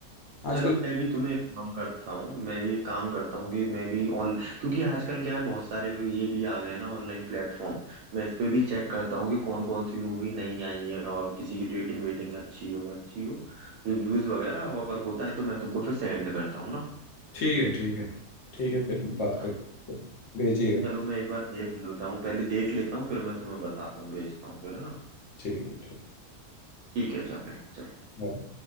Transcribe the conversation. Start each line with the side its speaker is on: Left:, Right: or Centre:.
Left: आजकल
Right: चलो मैं भी तुम्हें एक काम करता हूँ मैं भी एक काम करता हूँ कि मैं भी ऑन क्योंकि आजकल क्या है बहुत सारे ये भी आ गए हैं ना ऑनलाइन प्लेटफॉर्म मैं इस पे भी चेक करता हूँ कि कौन कौन सी मूवी नई आई है और किसी की रेटिंग वेटिंग अच्छी हो अच्छी हो रिव्यूज वगैरह और होता है तो मैं तुमको फिर सेंड करता हूँ ना
Left: ठीक है ठीक है ठीक है फिर बात
Right: हाँ
Left: करें भेजिएगा
Right: चलो मैं एक बार देख लेता हूँ पहले देख लेता हूँ फिर मैं तुम्हें बताता हूँ भेजता हूँ फिर है ना
Left: ठीक है ठीक
Right: ठीक है अच्छा भाई चलो
Left: बाय